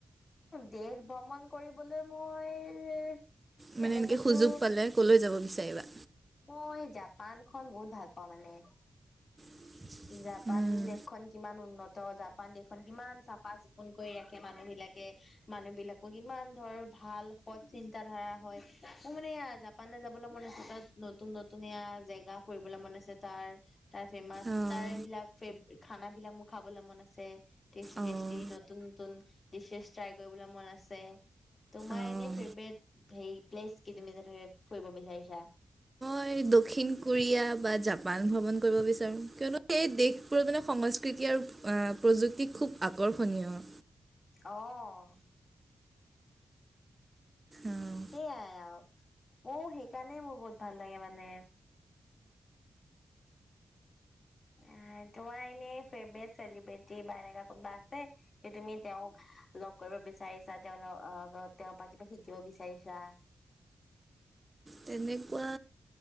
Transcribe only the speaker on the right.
মানে
এনেকৈ সুযোগ পালে কলৈ যাব বিচাৰিবা
<unintelligible>
উম
অঁ
অঁ
অঁ
মই দক্ষিণ কোৰিয়া বা জাপান ভ্ৰমণ কৰিব বিচাৰোঁ কিয়নো সেই দেশবোৰত মানে সংস্কৃতি আৰু- প্ৰযুক্তি খুব আকৰ্ষণীয়-
অঁ,
তেনেকুৱা